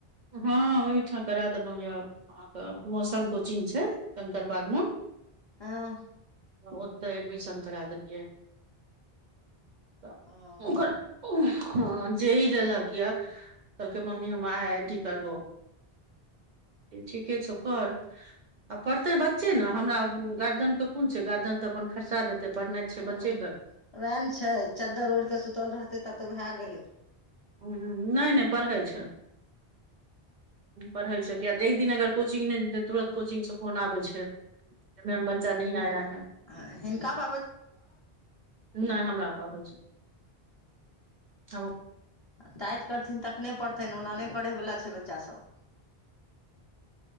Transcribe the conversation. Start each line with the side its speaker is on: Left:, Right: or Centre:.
Right: हँ ओहिठाम करा देलहुँ य अहाँके मौसम कोचिंग छै कंकरबाग मे
Left: हँ
Right: ओ तऽ एडमिशन करा देलियै त
Left: हँ
Right: ओकर ह जे ई लेलक यए कहलकै मम्मी हम आई आई टी करबौ ठीके छो कर आ पढ़ते बच्चे ने हमरा गार्जियन के कोन छै गार्जियन तऽ अपन खर्चा देते पढ़नाइ छै
Left: आ
Right: बच्चेके
Left: वएह ने छै चद्दर ओढ़िकऽ सुतल रहतै तब तऽ भए गेलै
Right: ह नहि नहि पढ़ै छै पढ़ै छै किया एक दिन अगर कोचिंग नहि जेत तुरन्त कोचिंग सब फोन आबै छै मेम बच्चा नहि आया है
Left: अ हिनका <inaudible>
Right: नहि हमरा पा आबै छै हम
Left: आ टाइट करथिन तखने पढ़थिन ओना नहि पढ़यवला छै बच्चा सभ